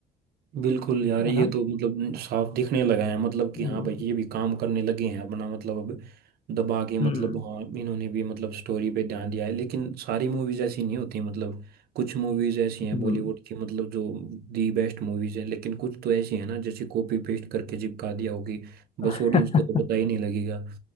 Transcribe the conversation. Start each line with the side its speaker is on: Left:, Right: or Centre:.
Right: बिल्कुल यार
Left: है
Right: ये
Left: ना
Right: तो मतलब साफ दिखने लगा है मतलब कि
Left: हम्म
Right: हाँ भाई ये भी काम करने लगे हैं अपना मतलब अब दबा के मतलब
Left: हम्म
Right: हाँ इन्होंने भी मतलब स्टोरी पे ध्यान दिया है लेकिन सारी मूवीज ऐसी नहीं होती मतलब कुछ मूवीज ऐसी हैं
Left: हम्म
Right: बॉलीवुड की मतलब जो दी बेस्ट मूवीज हैं लेकिन कुछ तो ऐसी हैं ना जैसे कॉपी पेस्ट करके चिपका दिया होगी बस
Left: <laughs>
Right: ऑडियंस को तो पता ही नहीं लगेगा